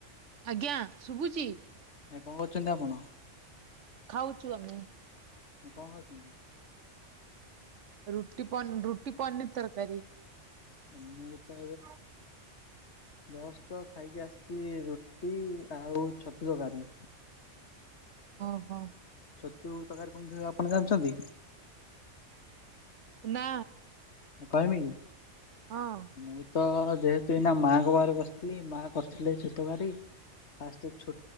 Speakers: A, on the right (about 75°); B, on the left (about 65°).
A: ଆଜ୍ଞା ଶୁଭୁଚି।
B: କଣ କରୁଛନ୍ତି ଆପଣ?
A: ଖାଉଚୁ ଆମେ।
B: <unintelligible>
A: ରୁଟି ପ ରୁଟି ପନିର ତରକାରୀ।
B: <inaudible>
A: <inaudible>
B: ଜଷ୍ଟ ତ ଖାଇକି ଆସିଛି ରୁଟି ଆଉ ଛତୁ ତରକାରୀ।
A: ଓହୋ
B: ଛତୁ ତରକାରୀ କେମତି ହବ ଆପଣ ଜାଣିଛନ୍ତି?
A: ନା।
B: କହିମି କି?
A: ହଁ ହଁ।
B: ମୁଁ ତ ଯେହେତୁ ଏଇନା ମାଙ୍କ ପାଖରେ ବସିଥିଲି ମା କରିଥିଲେ ଛତୁ ତରକାରୀ। ଫାଷ୍ଟ